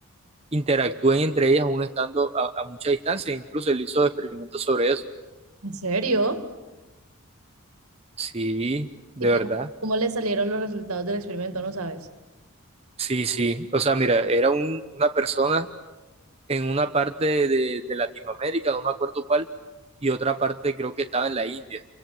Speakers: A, on the right (about 25°); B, on the right (about 80°).
A: interactúen entre ellas aún estando a, a mucha distancia. Incluso él hizo experimentos sobre eso.
B: ¿En serio?
A: Sí, de
B: ¿Y cómo,
A: verdad.
B: cómo le salieron los resultados del experimento? No sabes.
A: Sí, sí. O sea, mira, era un- una persona en una parte de, de Latinoamérica, no me acuerdo cuál, y otra parte creo que estaba en la India.